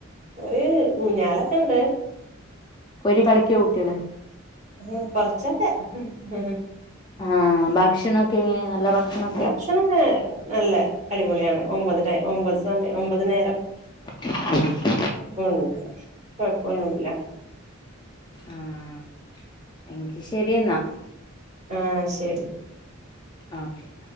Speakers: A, on the right; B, on the left.
A: ഒര് ഊഞ്ഞാലൊക്കെണ്ട്
B: ഓര് കളിയ്ക്കാേ കുട്ട്യേള്
A: ഉം കൊറൊച്ചൊക്കെ ഉം
B: ആഹ് ഭക്ഷണൊക്കെ എങ്ങനെയാ നല്ല ഭക്ഷണാെ
A: ഭക്ഷണാെക്കെ നല്ല അടിപൊള്യാണ് ഒമ്പത് ടൈ ഒമ്പത് സമ ഒമ്പത് നേരം
B: ആഹ്
A: ഉം ണ്ട് കൊഴപ്പൊന്നുല്ല.
B: ആഹ് എങ്കി ശെരിയെന്നാ.
A: ആഹ് ശരി.
B: ആഹ്